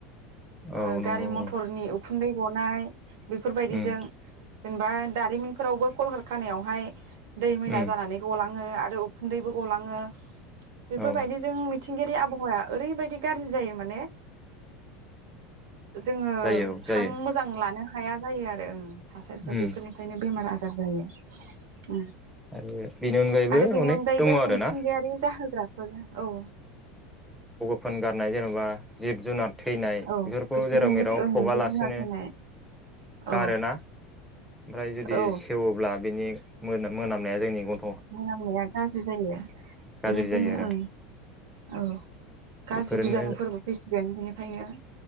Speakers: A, in the centre; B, on the right (about 80°).
A: औ
B: ओ
A: नंगौ
B: गारि
A: औ
B: मथरनि उखुन्दै गनाय बेफोरबायदिजों
A: उम
B: जेनेबा दारिमिनफोरावबो कलकार खानायावहाय दै मैला
A: उम
B: जानानै गलाङो आरो उखुन्दैबो गलाङो बेफोरबायदि
A: औ
B: जों मि मिथिंगायारि आबहावाया ओरैबायदि गाज्रि जायो माने जोङो
A: जायो औ जायो
B: हां मोजां लानो हाया जायो आरो ए ओं थासारिफ्रा
A: उम
B: बेफोरनिफ्रायनो बेमार आजार जार जयो ओम
A: आरो बेनि अनगायैबो
B: बेनि
A: अनेक
B: अनगायैबो
A: दङ आरोना
B: मिथिंगायारि जाहोग्रा औ
A: फोन गारनाय जेन'बा जिब जुनार थैनाय
B: औ
A: बेफोरखौ
B: बेफोरजोंबो
A: जेराव मेराव
B: ओं
A: फबालासिनो
B: जिब जुनार थैनाय
A: गारोना
B: औ
A: ओमफ्राय जुदि
B: औ
A: सेवोब्ला बेनि मोन मोनामनाय जोंनि गन्थ
B: मोनामनाया गाज्रि जायो
A: गाज्रि
B: बेनिखायनो
A: जायो आरो
B: ओ औ गाज्रि
A: बेफोरनो
B: बिजानुफोरबो फैसिगोन बिनि ओंखायनो